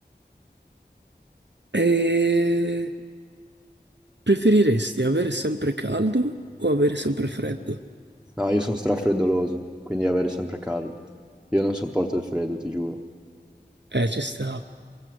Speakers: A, on the right; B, in the centre.
A: E... Preferiresti avere sempre caldo o avere sempre freddo?
B: No, io sono strafreddoloso, quindi avere sempre caldo. Io non sopporto il freddo, ti giuro.
A: Eh, ci sta.